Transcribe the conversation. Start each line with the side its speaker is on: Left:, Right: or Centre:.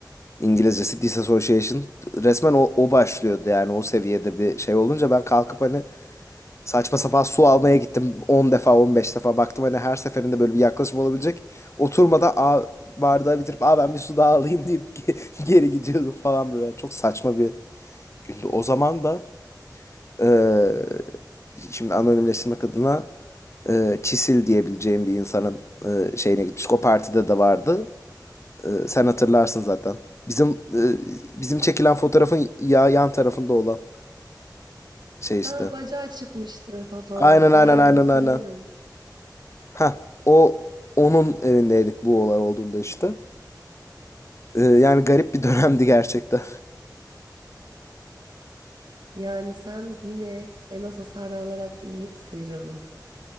Left: İngilizcesi disassociation. Resmen o, o başlıyordu yani o seviyede bir şey olunca ben kalkıp hani saçma sapan su almaya gittim 10 defa 15 defa baktım hani her seferinde böyle bir yaklaşım olabilecek. Oturmadan a bardağı bitirip a ben bir su daha alayım deyip <laughs> geri gidiyordum falan böyle. Yani çok saçma bir gündü. O zaman da ee, şimdi anonimleştirmek adına e, Çisil diyebileceğim bir insanın e, şeyine gitmiş. O partide de vardı. E, sen hatırlarsın zaten. Bizim e, bizim çekilen fotoğrafın ya yan tarafında olan şey işte.
Right: Aa, bacağı çıkmıştı fotoğrafta.
Left: Aynen aynen
Right: Aynen
Left: aynen
Right: hatırlıyorum.
Left: aynen. Ha o onun evindeydik bu olay olduğunda işte. E, yani garip bir dönemdi gerçekten.
Right: Yani sen yine en az hasar alarak iyi sıyrıldın.